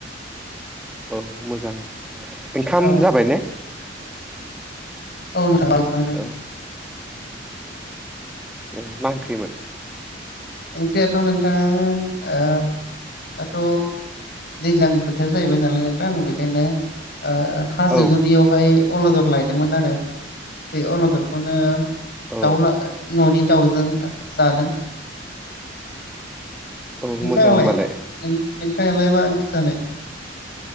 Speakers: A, in the centre; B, on the left (about 60°).
A: औ मोजां ओंखाम
B: औ
A: जाबाय ने
B: <unintelligible>
A: औ ए मा ओंख्रिमोन
B: ओंख्रियाथ' नोंथां आ दाथ' दैज्लां बोथोर जाहैबाय नालाय नोंथां आं बेखायनो ओ हाजो
A: औ
B: गुदियावहाय अलदद लायदोंमोन आरो बे अलददखौनो
A: औ
B: दाउ ला न'नि दाउजों जादों
A: औ
B: नोंथाङालाय
A: मोजां होनबालाय
B: नों नोंथाङालाय मा ओंख्रि जानाय